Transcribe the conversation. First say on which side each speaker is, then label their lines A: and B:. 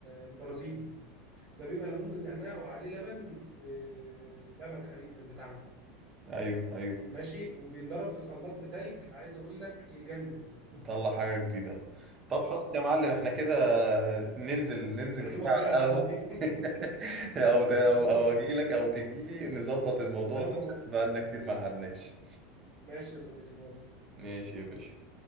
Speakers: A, on the right; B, on the right.
A: البرازيلي ده بيبقى ليمون بالنعناع وعليه لبن آه، لبن حليب من بتاعنا
B: ايوه ايوه
A: ماشي وبينضرب في الخلاط بتلج عايز اقول لك يجنن
B: نطلع حاجة جديدة طب
A: اه
B: خلاص يا معلم احنا كده ننزل ننزل
A: العزومه
B: كده
A: الجايه
B: على
A: عندي
B: القهوة <laughs> او ت- او
A: <laughs>
B: او اجيلك او تجيلي نظبط الموضوع
A: انا
B: ده
A: موافق
B: عشان بقالنا كتير ما قعدناش
A: ماشي يا صديقي موافق
B: ماشي يا باشا